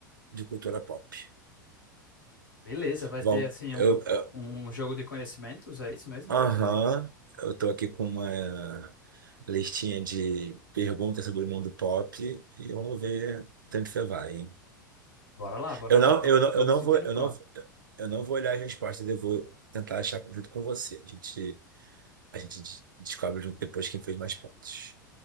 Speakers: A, on the right (about 75°); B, on the left (about 80°).
A: de cultura pop.
B: Beleza, vai
A: Vamos,
B: ter, assim,
A: eu
B: um,
A: eu-
B: um um jogo de conhecimentos, é isso mesmo
A: Aham,
B: que eu entendi?
A: eu tô aqui com uma listinha de perguntas sobre o mundo pop e vamos ver tanto você vai, hein?
B: Bora lá, bora
A: Eu não,
B: lá. Tô,
A: eu não,
B: tô
A: eu não
B: me sentindo
A: vou, eu
B: pronto.
A: não,
B: <laughs>
A: eu não vou olhar as respostas, eu vou tentar achar junto com você. A gente, a gente de- descobre junto depois quem fez mais pontos.